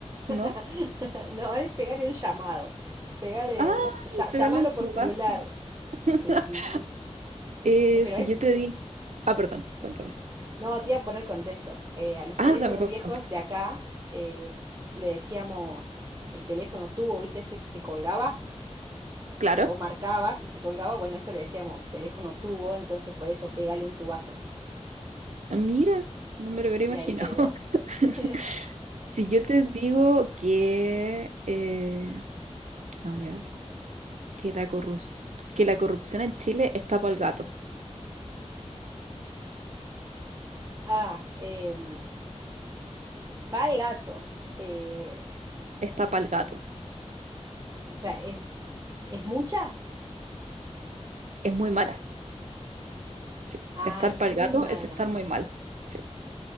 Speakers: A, on the right; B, on the right.
A: ¿no?
B: <laughs> No, es pégale un llamado. Pégale,
A: Ah,
B: un- lla- llámalo
A: pegarle un tubazo.
B: por celular.
A: <laughs>
B: Sí, sí, sí.
A: Eh,
B: Pero
A: si
B: es,
A: yo te digo... Ah, perdón, cuéntame.
B: no, te iba a poner contexto. Eh, a los
A: Ah,
B: teléfonos
A: dame
B: viejos
A: contexto.
B: de acá eh, le decíamos el teléfono tubo, ¿viste? Ese que se colgaba,
A: Claro.
B: que vos marcabas y se colgaba. Bueno, eso le decíamos teléfono tubo, entonces por eso pégale un tubazo.
A: Ah, Mira, no me lo hubiera imaginado.
B: De ahí quedó.
A: <laughs>
B: <laughs>
A: Si yo te digo que, eh, a ver, que la corrus- que la corrupción en Chile está pa'l gato,
B: Ah, em, pa el gato. Eh,
A: está pa'l gato,
B: o sea, ¿es, es mucha?
A: es muy mala. sí.
B: Ah,
A: Estar
B: es
A: pa'l
B: muy
A: gato
B: mala.
A: es estar muy mal. Sí,